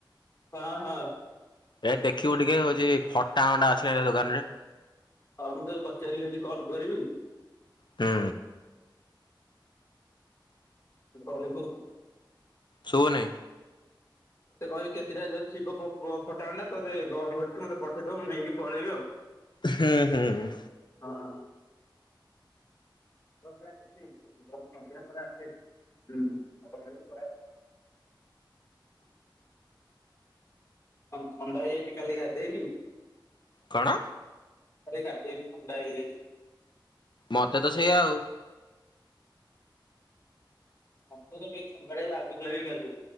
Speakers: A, on the left; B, on the left.
A: ହଁ ହଁ।
B: ଏ ଦେଖିବୁ ଟିକେ ହଉଛି ଫଟା ଅଣ୍ଡା ଅଛି ଦୋକାନ ରେ
A: ହଉ ମୁଁ ତତେ ପଚାରିକି କଲ୍ କରିବି
B: ହୁଁ
A: କହିବୁ ଆଉ।
B: ଶୁଭୁନି
A: ତୋତେ କହିବି କେତେଟା ଯଦି ଥିବ ଫଟା ଫ ଆଣ୍ଡ ତୋତେ କଲ୍ କରି ମତେ ପଠେଇଦବ ମୁଁ ନେଇକି ପଳେଇବି ଆଉ।
B: ହୁଁ ହୁଁ।
A: ହଁ ହଁ। <inaudible> ହ ଥଣ୍ଡା ହେଇଯାଇଛି କାଲି ଗାଧେଇକି
B: କଣ?
A: ଆରେ ଗାଧେଇକି ଥଣ୍ଡା ହେଇଯାଇଛି।
B: ମତେ ତ ସେଇଆା ଆଉ
A: ମତେ ଟିକିଏ ଥଣ୍ଡଳିଆ ଲାଗୁଥିଲା ବି କାଲି